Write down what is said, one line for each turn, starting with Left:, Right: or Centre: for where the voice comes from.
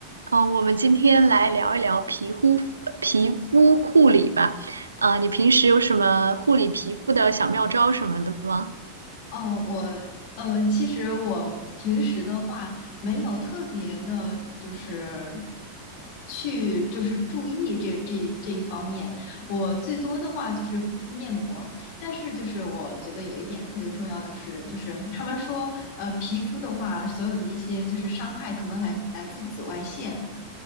Right: 呃，我们今天来聊一聊皮肤皮肤护理吧。啊，你平时有什么护理皮肤的小妙招什么的吗？
Left: 哦，我呃，其实我平时的话没有特别的，就是去就是注意这这这一方面。我最多的话就是敷敷面膜，但是就是我觉得有一点特别重要的是，就是他们说呃，皮肤的话，所有的一些就是伤害可能来来自紫外线，